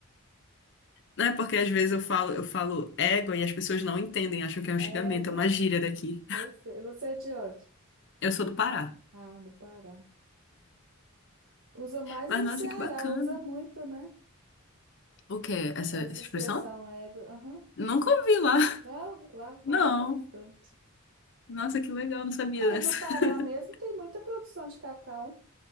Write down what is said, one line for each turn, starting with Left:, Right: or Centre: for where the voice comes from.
Left: Não é porque às vezes eu falo, eu falo égua e as pessoas não entendem, acham que é um
Right: Égua,
Left: xingamento, é uma gíria daqui.
Right: eu sei. Você é de onde?
Left: Eu sou do Pará.
Right: Ah, do Pará. Usa mais
Left: Mas
Right: no
Left: nossa,
Right: Ceará,
Left: que bacana.
Right: usa muito, né?
Left: O quê? Essa,
Right: Essa
Left: essa expressão?
Right: expressão égua. Aham.
Left: Nunca ouvi lá. <laughs>
Right: Não, lá falo
Left: Não.
Right: bastante.
Left: Nossa, que legal, não sabia
Right: Aí
Left: dessa.
Right: no Pará
Left: <laughs>
Right: mesmo tem muita produção de cacau.